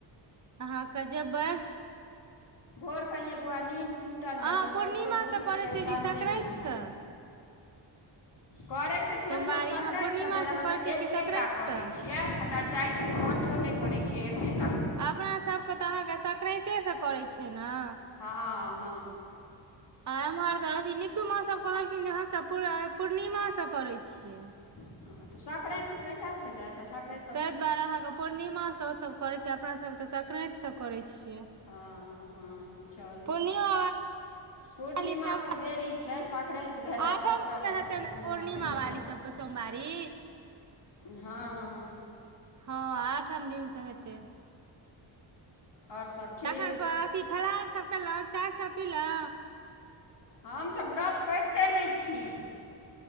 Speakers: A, on the right (about 40°); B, on the left (about 65°).
A: अहाँक क जेबै
B: भोर कऽ यै बौआ निन्द
A: अहाँ
B: टूटल रहैए
A: पूर्णिमासँ
B: ओतेक दूर होइत
A: करै
B: रहैए
A: छियै
B: चलले
A: कि संक्रान्तिसँ
B: नै हैत करै तऽ छी
A: सोमवारी
B: हमसब सक्रैतसँ
A: अहाँ पूर्णिमासँ
B: धैर हम
A: करै छियै
B: एकेटा
A: कि संक्रान्तिसँ
B: करै छी यै हमरा चायटा पाँचो नहि करै छियै एके
A: अपना सबके तऽ अहा सकरैतेसे करै छियै ने
B: ह ह
A: आ एम्हर तऽ अथि नितू माँ सब कहलखिन जे हमसब पूरा पूर्णिमा स करै छियै।
B: हँ तऽ सक्रैत कहिया छलै अच्छा। सक्रैत
A: ते द्वारे अहाँके पूर्णिमा स सब करे छै अपना सब त संक्राति से करै छियै
B: ह ह चलू
A: पूर्णिमा
B: पूर्णिमाके
A: वाली सब
B: देरी छै सक्रैत भेलए
A: आठम
B: सत्तरह
A: दिन से
B: क
A: हेतै
B: तऽ
A: ने
B: पूर्णिम
A: पूर्णिमा
B: कहिया
A: वाली
B: हेत
A: सबके सोमवारी
B: ह
A: ह आठम दिनसँ हेतै
B: ओर सब ठीक
A: तखन फ अथि फलहार सब केलौ चाय सब पीलौ
B: हम तऽ व्रत करिते नै छी